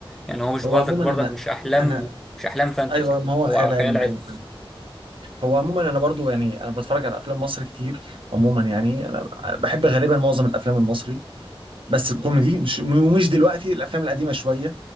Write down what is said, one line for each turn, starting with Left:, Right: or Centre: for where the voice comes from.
Centre: يعني هو مش
Right: هو
Centre: برضك
Right: عموما
Centre: برضك
Right: انا
Centre: مش أحلام
Right: انا
Centre: مش أحلام فانتزي
Right: ايوه ما هو
Centre: هو
Right: خيال علمي
Centre: خيال علمي
Right: ايوه هو عموما انا برضو يعني انا بتفرج على افلام مصر كتير عموما يعني انا بحب غالبا معظم الافلام المصري بس الكوميدي مش ومش دلوقتي الافلام القديمه شويه